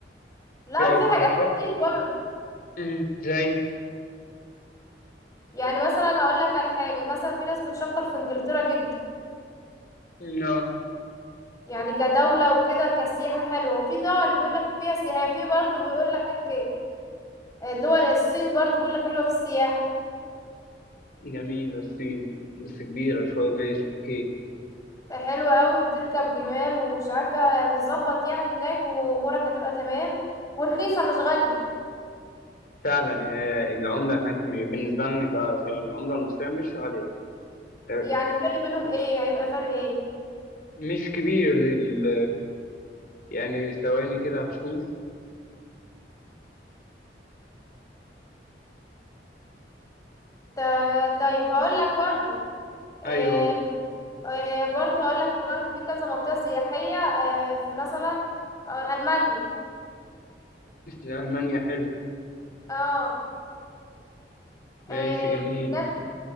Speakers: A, on the left; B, on the left.
A: لا
B: في
A: وفي
B: أي اقتراحات
A: حاجات كتير برضه
B: مم، زي
A: يعني مثلا هقول لك على حاجه مثلا في ناس بتشكر في انجلترا جدا
B: لا
A: يعني كدوله وكده كسياحه حلوه وفي دول بيقول لك فيها سياحه في برضه بيقول لك الدول الصين برضه بيقول لك حلوه في السياحه
B: جميلة الصين بس كبيرة شوية ماشي أوكي
A: حلوه قوي وبتركب جمال ومش عارفه هتتظبط يعني هناك وامورك هتبقى تمام ورخيصه مش غاليه
B: فعلا آه، العملة هناك م- بالنسبة لنا ك- فالعملة المصرية مش غالية ت-
A: يعني فرق بينهم ايه هيبقى فرق ايه
B: مش كبير ال- يعني ثواني كده هشوف
A: تا- طيب هقول لك برضو آه،
B: أيوه
A: آه، برضه هقول لك برضه في كذا منطقة سياحية آه، في مثلا آه، ألمانيا
B: ألمانيا حلو
A: اه
B: ماشي
A: آه،
B: جميل
A: هناك